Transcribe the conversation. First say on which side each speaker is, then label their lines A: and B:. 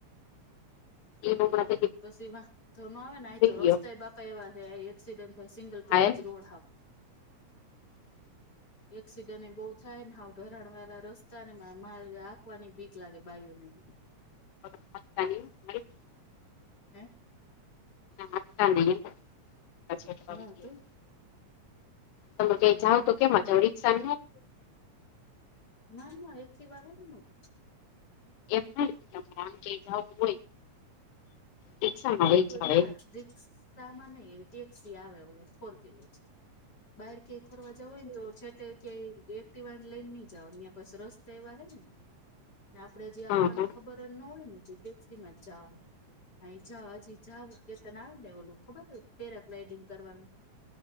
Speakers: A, on the left; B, on the left.
A: હ એ બ <unintelligible>
B: બસ એમા થો ન આવે ને અહી તો રોસ્તા
A: ગયો
B: બાપા એવા થયા એક્સિડેન્ટ થસે તોય સિંગલ પટીજ
A: હા એમ
B: રોડ આવે
A: <inaudible>
B: એક્સિડન્ટ બહુ થાય અને સાવ ધરાણ વાળા રસ્તા ને એમા માલ આંકવાની બીક લાગે બાઈઓને તો.
A: <inaudible> મારી
B: હે?
A: <unintelligible>
B: હા તોય
A: તમે ક્યાઈ જાઓ તો સેમા જાવ રિક્ષા
B: ના ના એક્ટિવા નથી મારી
A: એમ નથી આમ તમારે કઈક જવુ હોય રિક્ષામાં વહી જાય
B: ના રિક્ષામા નઈ ટેક્સી આવે ફોર વ્હીલર છે. બહાર ક્યાય ફરવા જવુ હોય ને તો ક્યાંય એક્ટિવા લઈને નઈ જવાનુ અહીંયા પાછા રસ્તા એવા છેને આપણેે જયા
A: તમારે
B: આકવાની ખબર ન હોય ને ત્યા ટેક્સી મા જવાનુ. હા ઈજાજ ઈજા ઉકે તને આવે ને એ ખબર હો પેરાગ્લાઇડિંગ કરવાનું.